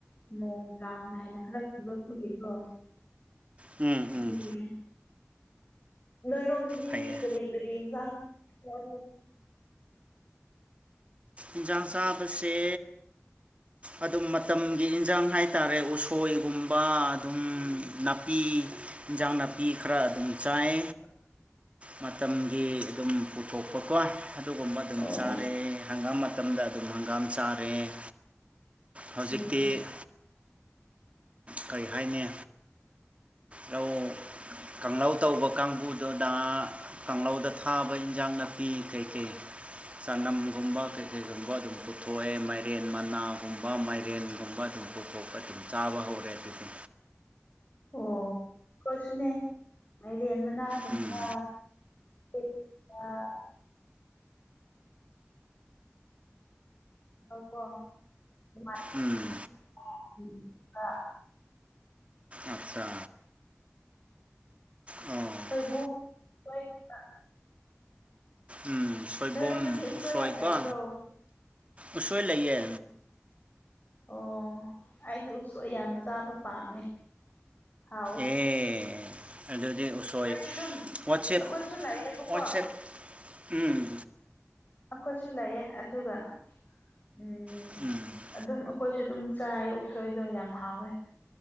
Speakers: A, on the left; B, on the right.
A: ꯅꯣꯡ ꯀꯥꯡꯅꯥ ꯍꯥꯏꯅ ꯍꯗꯛ ꯊꯣꯛꯂꯛꯄꯒꯦꯀꯣ
B: ꯎꯝ ꯎꯝ
A: ꯑꯗꯨꯒꯤꯅꯦ ꯅꯣꯏꯔꯣꯝꯗꯗꯤ
B: ꯐꯩꯌꯦ
A: ꯀꯔꯤ ꯀꯔꯤ ꯌꯦꯟꯁꯥꯡ UNINTELLIGIBLE
B: ꯏꯟꯖꯥꯟ ꯆꯕꯁꯦ ꯑꯗꯨꯝ ꯃꯇꯝꯒꯤ ꯏꯟꯁꯥꯡ ꯍꯥꯏꯇꯥꯔꯦ ꯎꯁꯣꯏꯒꯨꯝꯕ ꯑꯗꯨꯝ ꯅꯥꯄꯤ ꯏꯟꯖꯥꯡ ꯅꯥꯄꯤ ꯈꯔ ꯑꯗꯨꯝ ꯆꯥꯏ
A: INAUDIBLE
B: ꯃꯇꯝꯒꯤ ꯑꯗꯨꯝ ꯄꯨꯊꯣꯛꯄꯀꯣ ꯑꯗꯨꯒꯨꯝꯕ ꯑꯗꯨꯝ
A: ꯑꯣ
B: ꯆꯥꯔꯦ ꯍꯪꯒꯥꯝ ꯃꯇꯝꯗ ꯑꯗꯨꯝ ꯍꯪꯒꯥꯝ ꯆꯥꯔꯦ ꯍꯧꯖꯤꯛꯇꯤ
A: ꯎꯝ
B: ꯀꯔꯤ ꯍꯥꯏꯅꯤ ꯂꯧ ꯀꯥꯡꯧ ꯇꯧꯕ ꯀꯥꯡꯕꯨꯗꯨꯣ ꯅꯍ ꯀꯥꯡꯧꯗ ꯊꯥꯕ ꯏꯟꯖꯥꯡ ꯅꯥꯄꯤ ꯀꯩ ꯀꯩ ꯆꯅꯝ ꯨ ꯀꯩ ꯀꯩꯒꯨꯝꯕ ꯑꯗꯨꯝ ꯄꯨꯊꯣꯛꯑꯦ ꯃꯥꯏꯔꯦꯟ ꯃꯅꯥꯒꯨꯝꯕ ꯃꯥꯏꯔꯦꯟꯒꯨꯝꯕ ꯑꯗꯨꯝ ꯑ ꯈꯣꯠꯄ ꯑꯗꯨꯝ ꯆꯥꯕ ꯍꯧꯔꯦ ꯑꯗꯨꯗꯤ
A: ꯑꯣ ꯑꯈꯣꯏꯁꯨꯅꯦ ꯃꯥꯏꯔꯦꯟ ꯃꯅꯥ ꯒꯨꯝꯕ
B: ꯎꯝ
A: UNINTELLIGIBLE ꯑ ꯀꯣ
B: ꯎꯝ
A: ꯑ UNINTELLIGIBLE
B: ꯑꯆꯥ ꯑꯣ
A: ꯁꯣꯏꯕꯨꯝ ꯍꯣꯏ UNINTELLIGIBLE
B: ꯎꯝ ꯁꯣꯏꯕꯨꯝ
A: ꯅꯣꯏꯔꯣꯝꯗꯗꯤ ꯎꯁꯣꯏ
B: ꯎꯁꯣꯏꯀꯣ
A: ꯌꯥꯝ ꯂꯩꯕ꯭ꯔꯣ
B: ꯎꯁꯣꯏ ꯂꯩꯌꯦ
A: ꯑꯣ ꯑꯩꯗꯤ ꯎꯁ ꯌꯥꯝ ꯆꯥꯕ ꯄꯥꯝꯃꯦ ꯍꯥꯎꯋꯦ
B: ꯑꯦ ꯑꯗꯨꯗꯤ ꯍꯣꯏ
A: ꯑꯩꯈꯣꯏꯗꯤ ꯑꯗꯨꯝ
B: ꯋꯥꯠꯁꯦꯞ
A: ꯑꯩꯈꯣꯏꯁꯨ ꯂꯩꯌꯦꯕꯀꯣ
B: ꯋꯥꯠꯁꯦꯞ ꯎꯝ
A: ꯑꯩꯈꯣꯏꯁꯨ ꯂꯩꯌꯦ ꯑꯗꯨꯒ ꯎꯝ
B: ꯎꯝ
A: ꯑꯗꯨꯝ ꯑꯩꯈꯣꯏꯁꯨ ꯑꯗꯨꯝ ꯆꯥꯏ ꯎꯁꯣꯏꯗꯣ ꯌꯥꯝ ꯍꯥꯎꯋꯦ